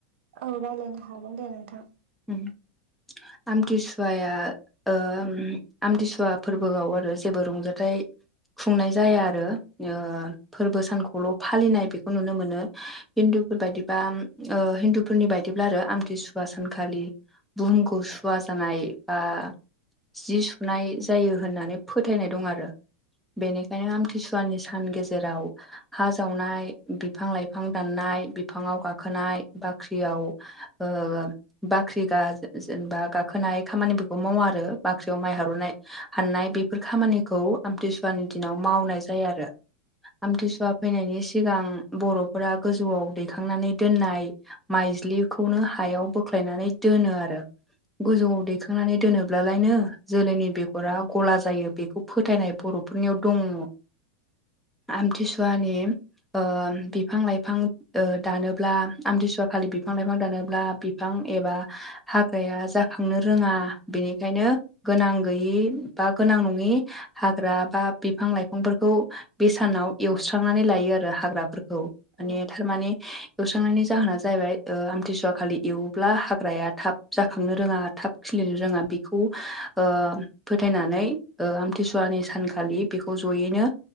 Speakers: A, on the right; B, in the centre.
A: औ रायज्लायनो हागोन दे नोंथां।
B: उम आमथि सुवाया ओम आमथि सुवा फोरबोआव आरो जेबो रंजाथाइ खुंनाय जाया आरो ओ फोरबो सानखौल फालिनाय बेखौ नुनो मोनो हिन्दुफोर बायदिबा ओ हिन्दु फोरनि बायदिब्ला आरो आमथि सुवा सानखालि बुहुमखौ सुवा जानाय बा जि सुनाय जायो होननानै फोथायनाय दं आरो बेनिखायनो आमथि सुवानि सान गेजेराव हा जावनाय बिफां लाइ बिफां दाननाय बिफाङाव गाखोनाय बाख्रियाव ओ बाख्रि गा जेनेबा गाखोनाय खामानिफोरखौ मावा आरो बाख्रियाव माइ हारनाय हाननाय बेफोर खामानिखौ आमथि सुवानि दिनाव मावनाय जाया आरो। आमथि सुवा फैनायनि सिगां बर'फोरा गोजौआव दैखांनानै दोननाय माइज्लिखौनो हायाव बोख्लायनानै दोनो आरो गोजौआव दैखांनानै दोनो ब्ला लायनो जोलैनि बेगरा ग'ला जायो बेखौ फोथायनाय बर'फोरनियाव दङ। आमथि सुवानि ओ बिफां-लाइफां ओ दानोब्ला आमथि सुवा खालि बिफां-लाइफां दानोब्ला बि फां एबा हाग्राया जाखांनो रोङा बेनिखायनो गोनां गैयि बा गोनां नङि हाग्रा बा बिफां-लाइफांफोरखौ बे सानाव एवस्रांनानै लायो आरो हाग्राफोर खौ माने
A: औ
B: थारमाने एवस्रांनायनि जाहोना जाहैबाय ओ आमथिसुवा खालि एव ब्ला हाग्राया थाब जाखांनो रोङा थाब खिलिनो रोङा बेखौ ओ फोथायनानै ओ आमथि सुवानि सानखालि बेखौ जयैनो